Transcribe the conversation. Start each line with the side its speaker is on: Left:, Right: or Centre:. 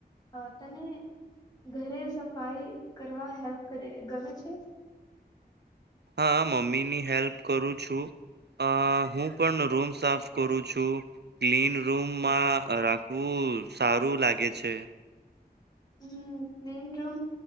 Left: અ તને ઘરે સફાઈ કરવા હેલ્પ કરે ગમે છે?
Right: હા મમ્મી ની હેલ્પ કરું છું અ હું પણ રૂમ્સ સાફ કરું છું ક્લીન રૂમમાં રાખવું સારું લાગે છે
Left: હમ્મ ક્લીન રૂમ